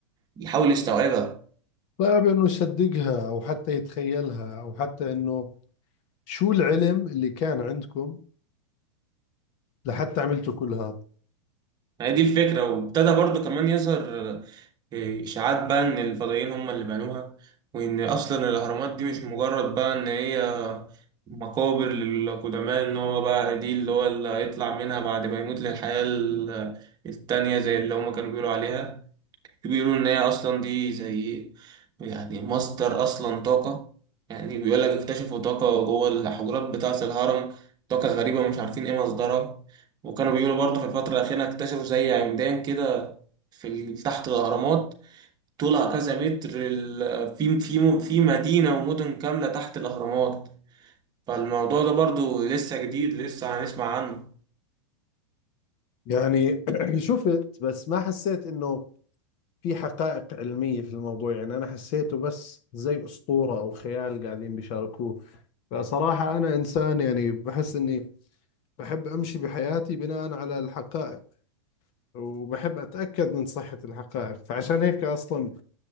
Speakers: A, on the right; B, on the left.
A: يحاول يستوعبها
B: صعب إنه يصدقها أو حتى يتخيلها أو حتى إنه شو العلم اللي كان عندكم لحتى عملتوا كل هذا
A: ما هي دي الفكرة وابتدى برضو كمان يظهر إشاعات بقى إن الفضائيين هم اللي بنوها وإن أصلا الأهرامات دي مش مجرد بقى إن هي مقابر للقدماء إن هو بقى دي اللي هو اللي هيطلع منها بعد ما يموت للحياة ال- التانية زي اللي هما كانوا بيقولوا عليها بيقولوا إن هي أصلا دي زي يعني مصدر أصلا طاقة يعني بيقول لك اكتشفوا طاقة جوه الحجرات بتاعة الهرم طاقة غريبة مش عارفين إيه مصدرها وكانوا بيقولوا برضه في الفترة الأخيرة اكتشفوا زي عمدان كده في ال- تحت الأهرامات طولها كذا متر ال- في في في مدينة ومدن كاملة تحت الأهرامات فالموضوع ده برضو لسه جديد لسه هنسمع عنه
B: يعني <clears throat> شفت بس ما حسيت إنه في حقائق علمية في الموضوع يعني أنا حسيته بس زي أسطورة أو خيال قاعدين بيشاركوه فصراحة أنا إنسان يعني بحس إني بحب أمشي بحياتي بناء على الحقائق وبحب أتأكد من صحة الحقائق فعشان هيك أصلا